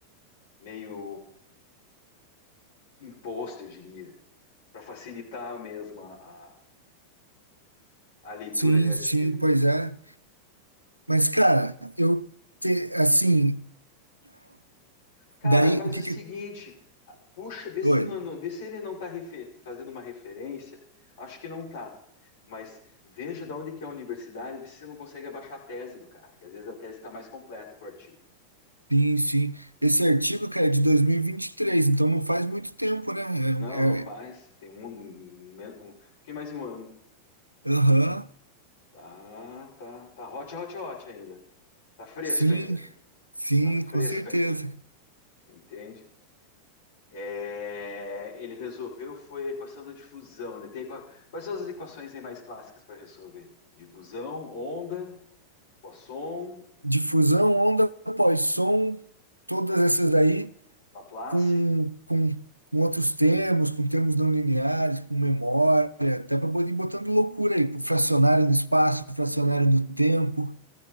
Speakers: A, on the left; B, on the right.
A: meio imposto, eu diria, para facilitar mesmo a, a, a leitura
B: Sim,
A: de artigo.
B: sim, pois é. Mas, cara, eu, te, assim,
A: Cara,
B: Daí,
A: faz
B: o que
A: o seguinte,
B: que...
A: ah, puxa, vê se,
B: Oi,
A: não- não- vê se ele não tá refe- fazendo uma referência. Acho que não tá. Mas veja de onde que é a universidade, vê se você não consegue abaixar a tese do cara, que às vezes a tese está mais completa que o artigo.
B: sim, sim. Esse artigo, cara, é de dois mil e e vinte e três então não faz muito tempo, né? É,
A: Não,
B: um, é-
A: não faz. Tem um, men- um, um pouquinho mais de um ano.
B: Aham,
A: Tá, tá, tá hot, hot, hot ainda. Tá fresco
B: sim,
A: ainda.
B: sim,
A: Tá fresco
B: com certeza.
A: ainda. Entende? É, ele resolveu foi a equação da difusão, né? Tem, equa- quais são as equações aí mais clássicas para resolver? Difusão, onda, Poisson,
B: Difusão, onda após som, todas essas daí
A: Laplace.
B: com, com, com outros termos, com termos não lineares, com memória, até para poder ir botando loucura aí, com fracionário no espaço, fracionário no tempo.